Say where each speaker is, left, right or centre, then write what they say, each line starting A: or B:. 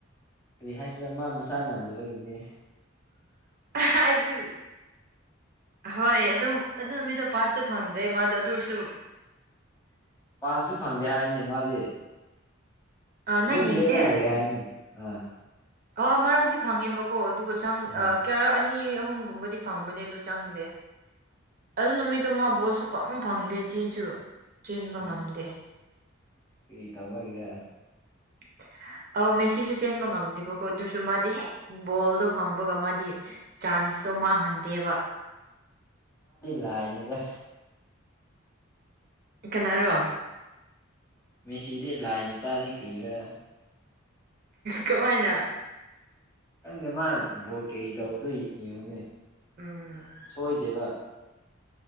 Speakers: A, on the left (about 15°); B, on the right (about 45°).
A: ꯀꯔꯤ ꯍꯥꯏꯁꯤꯔꯥ ꯃꯥ ꯃꯁꯥ ꯉꯝꯗꯕꯒꯤꯅꯦ
B: ꯍꯥꯏꯗꯤ ꯍꯣꯏ ꯑꯗꯨꯝ ꯑꯗꯨ ꯃꯤꯗꯣ ꯄꯥꯁꯁꯨ ꯐꯪꯗꯦ ꯗꯦ ꯃꯥꯗ ꯑꯗꯨꯔꯁꯨꯁꯨ
A: ꯆꯥꯛꯁꯨ ꯐꯪꯗꯦ ꯍꯥꯏꯅꯤ ꯃꯥꯗꯤ
B: ꯑꯥ ꯅꯪ
A: ꯑꯗꯨꯝ
B: ꯌꯦꯡꯗꯦ
A: ꯂꯦꯞꯄ ꯂꯩꯔꯦ ꯍꯥꯏꯅꯤ ꯑꯥ
B: ꯑ ꯃꯔꯛꯇꯗꯤ ꯐꯪꯉꯦꯕꯀꯣ ꯑꯗꯨꯒ ꯆꯪ
A: ꯎꯝ
B: ꯀꯦꯌꯥꯔꯛ ꯑꯅꯤ ꯑꯍꯨꯝꯒꯨꯝꯕꯗꯤ ꯐꯪꯕꯅꯦ ꯑꯗꯨ ꯆꯪꯗꯦ ꯑꯗꯨ ꯅꯨꯃꯤꯠꯇꯨ ꯃꯥ ꯕꯣꯠꯁꯨ ꯄꯪ ꯐꯪꯗꯦ ꯆꯦꯟꯁꯨ ꯆꯤꯟꯕ
A: ꯎꯝ
B: ꯉꯝꯗꯦ
A: ꯀꯔꯤ ꯇꯧꯕꯒꯤꯔꯦ
B: <unintelligible> ꯑꯧ ꯃꯦꯁꯤꯁꯨ ꯆꯦꯟꯕ ꯉꯝꯗꯦꯕꯀꯣ ꯑꯗꯨꯁꯨ ꯃꯥꯗꯤ ꯍꯦꯛ ꯕꯣꯜꯗꯣ ꯐꯪꯕꯒ ꯃꯥꯗꯤ ꯆꯥꯟꯁ ꯇꯣ ꯃꯥꯡꯍꯟꯗꯦꯕ
A: ꯂ ꯏꯩꯅꯗ
B: ꯀꯅꯥꯔꯣ
A: ꯃꯦꯁꯤꯗꯤ ꯂꯥꯏ ꯃꯆꯥꯥꯅꯤ ꯀꯨꯏꯔ
B: ꯀꯃꯥꯏꯅ
A: ꯈꯪꯗꯦ ꯃꯥ ꯕꯣ ꯀꯦꯔꯤ ꯇꯧꯕꯗꯣ ꯌꯦꯡꯉꯨꯅꯦ
B: ꯎꯝ
A: ꯁꯣꯏꯗꯦꯕ